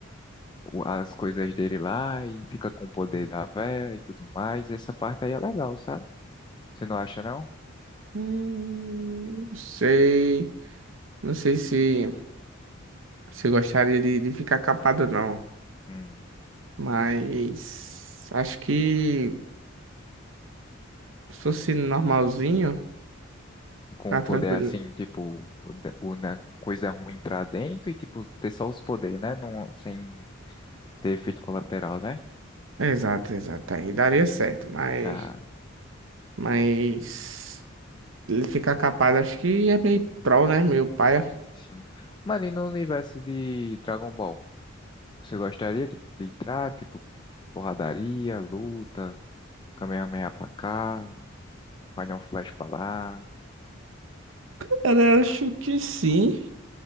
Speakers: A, on the left (about 20°); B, on the right (about 70°).
A: o- as coisas dele lá e fica com o poder da véia e tudo mais. Essa parte aí é legal, sabe? Você não acha, não?
B: Hum, não sei. Não sei se, se eu gostaria de, de ficar capado, ou não.
A: Hum,
B: Mas acho que se fosse normalzinho,
A: Com
B: na
A: um
B: tranquilo.
A: poder assim, tipo, o, de- o, né, coisa ruim entrar dentro e, tipo, ter só os poderes, né? Não, sem ter efeito colateral, né?
B: Exato, exato. Aí daria certo. Mas,
A: Ah,
B: mas ele ficar capado, acho que é meio pró, né? Meu pai
A: sim. sim. Mano, e no universo de Dragon Ball? Você gostaria tipo, de entrar, tipo, porradaria, luta, Kamehameha pra cá, Final Flash pra lá,
B: Cara, eu acho que sim.